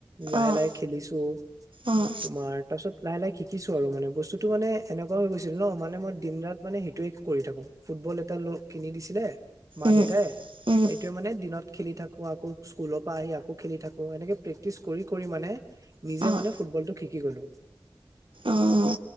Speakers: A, on the right (about 40°); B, on the right (about 75°).
A: লাহে
B: অঁ
A: লাহে খেলিছো
B: অঁ
A: তোমাৰ তাছত লাহে লাহে শিকিছো আৰু মানে বস্তুটো মানে এনেকুৱা হৈ গৈছে ছিল ন মানে মই দিন ৰাত মানে সেইটোয়ে কৰি থাকো, ফুটবল এটা লৈ কিনি দিছিলে। মা-দেউতাই,
B: উম উম
A: সেইটোয়ে মানে দিনত খেলি থাকো, আকৌ স্কুলৰ পৰা আহি আকৌ খেলি থাকো, এনেকে প্ৰেক্টিছ কৰি-কৰি মানে নিজে
B: অঁ
A: মানে তো শিকি গলো,
B: অঁ